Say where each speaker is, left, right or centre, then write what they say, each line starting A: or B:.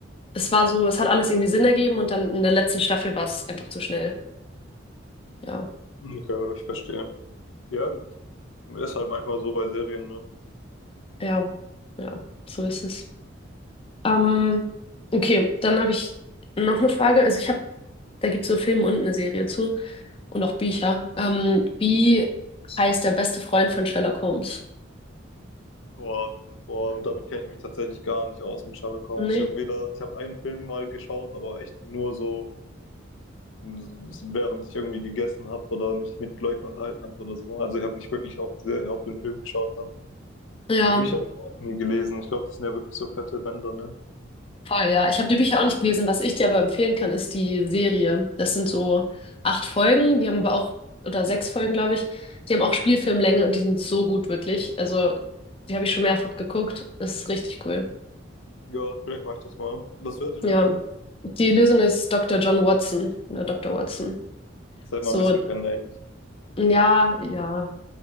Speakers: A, on the left (about 30°); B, on the left (about 75°).
A: es war so, es hat alles irgendwie Sinn ergeben und dann in der letzten Staffel war es einfach zu schnell. Ja,
B: Ja, ich verstehe. Ja, gut. Ist halt manchmal so bei Serien, ne?
A: ja, ja, so ist es. Ähm, okay, dann habe ich noch eine Frage. Also ich habe, da gibt es so Filme und eine Serie zu und auch Bücher. Ähm, wie heißt der beste Freund von Sherlock Holmes?
B: Boah, boah, und damit kenne ich mich tatsächlich gar nicht aus mit Sherlock Holmes.
A: Nee?
B: Ich habe weder, ich habe einen Film mal geschaut, aber echt nur so, hm, während ich irgendwie gegessen habe oder mich mit Leuten unterhalten habe oder so. Also ich habe nicht wirklich auf, sehr, auf den Film geschaut dann.
A: Ja,
B: Und die Bücher habe ich auch nie gelesen. Ich glaube, das sind ja wirklich so fette Bänder, ne?
A: voll, ja. Ich habe die Bücher auch nicht gelesen. Was ich dir aber empfehlen kann, ist die Serie. Das sind so acht Folgen, die haben aber auch, oder sechs Folgen, glaube ich. Die haben auch Spielfilmlänge und die sind so gut, wirklich. Also, die habe ich schon mehrfach geguckt. Das ist richtig cool.
B: Ja, vielleicht mache ich das mal. Das wäre die Lösung.
A: Ja, die Lösung ist Dr. John Watson oder Dr. Watson.
B: Das hätte
A: So
B: man wissen können eigentlich.
A: Ja, ja,